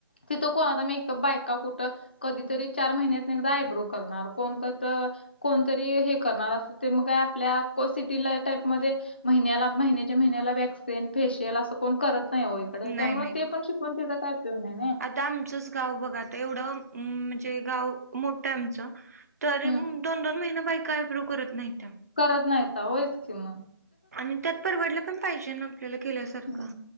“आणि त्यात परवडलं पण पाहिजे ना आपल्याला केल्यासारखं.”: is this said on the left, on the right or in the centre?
Right